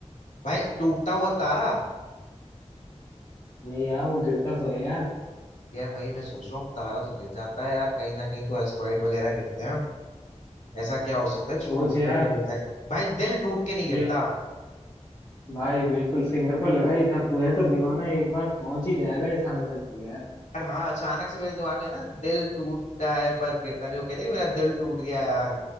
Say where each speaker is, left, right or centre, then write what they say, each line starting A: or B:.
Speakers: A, on the left (about 85°); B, on the left (about 30°).
A: भाई टूटता हुआ तारा
B: नहीं यार वो गिरता तो है यार
A: यार वही मैं सोच रहा हूँ तारा तो गिर जाता है यार कहीं ना कहीं तो एस्टेरॉइड वगैरह गिरते हैं ऐसा क्या हो सकता है जो
B: सोच
A: टूटने
B: यार
A: पे गिरता है भाई दिल टूट के नहीं गिरता
B: ये भाई बिल्कुल सही मेरे को लगा ही था तू है तो दीवाना एक बार पहुंच ही जाएगा इस आंसर तक यार
A: यार हाँ अचानक से मेरे दिमाग में ना दिल टूटता है पर गिरता नहीं वो कहते नहीं मेरा दिल टूट गया यार